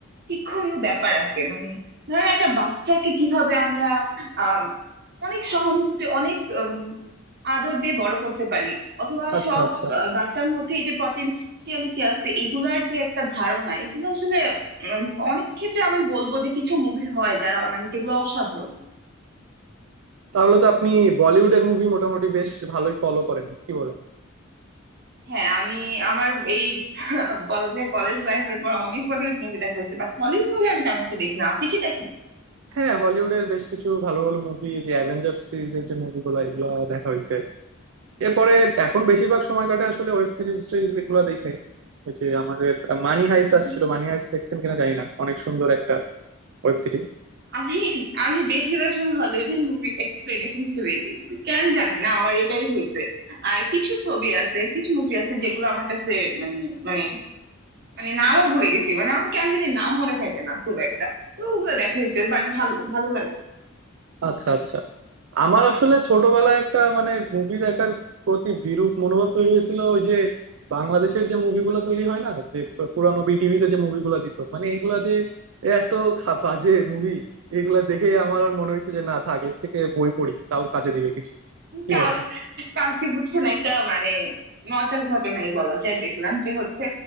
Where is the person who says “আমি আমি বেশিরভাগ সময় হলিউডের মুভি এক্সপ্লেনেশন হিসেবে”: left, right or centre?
Right